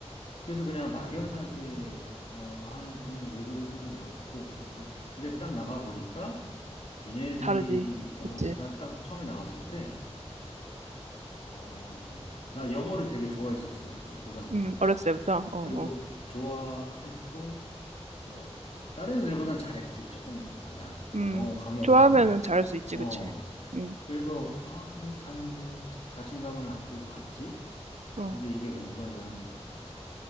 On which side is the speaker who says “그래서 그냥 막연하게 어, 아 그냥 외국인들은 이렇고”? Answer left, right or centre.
Left